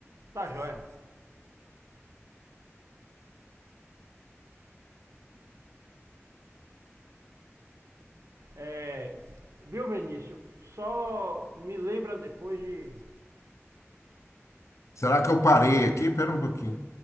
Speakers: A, on the right (about 80°); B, on the left (about 85°).
A: Tá joia. É, viu, Benício? Só me lembra depois de
B: Será que eu parei aqui? Pera um pouquinho.